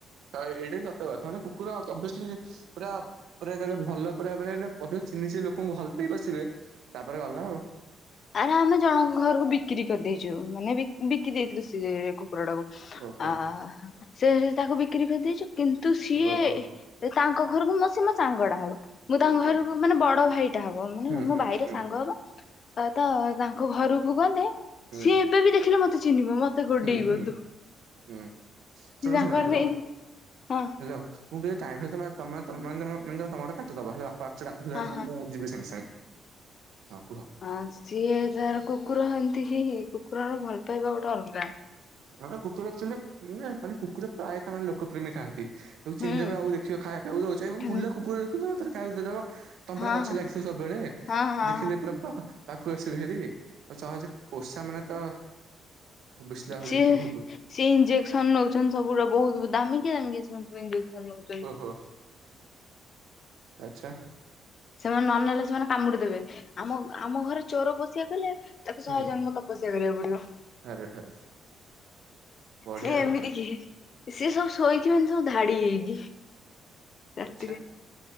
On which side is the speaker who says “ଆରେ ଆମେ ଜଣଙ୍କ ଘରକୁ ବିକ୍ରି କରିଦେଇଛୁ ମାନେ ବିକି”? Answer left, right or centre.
Left